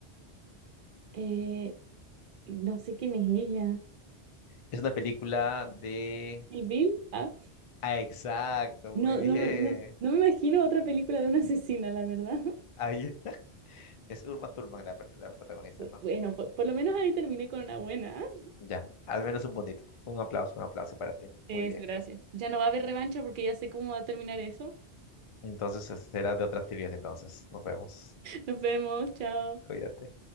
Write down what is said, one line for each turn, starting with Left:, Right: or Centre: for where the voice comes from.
Right: Eh, no sé quién es ella.
Left: Es una película de...
Right: ¿Y Bill? Ah,
Left: Ah, exacto,
Right: no,
Left: muy bien.
Right: no, me- no, no me imagino otra película de una asesina, la verdad. <laughs>
Left: <laughs> Ahí es Uma Thurman la, pr- la protagonista,
Right: Bu-
Left: ¿no?
Right: Bueno, por, por lo menos ahí terminé con una buena. ¿ah?
Left: Ya, al menos un bonito. Un aplauso, un aplauso para ti.
Right: Eso,
Left: Muy bien.
Right: gracias. Ya no va a haber revancha porque ya sé cómo va a terminar eso.
Left: Entonces, será de otras teorías entonces. Nos vemos.
Right: Nos vemos, chao.
Left: Cuídate.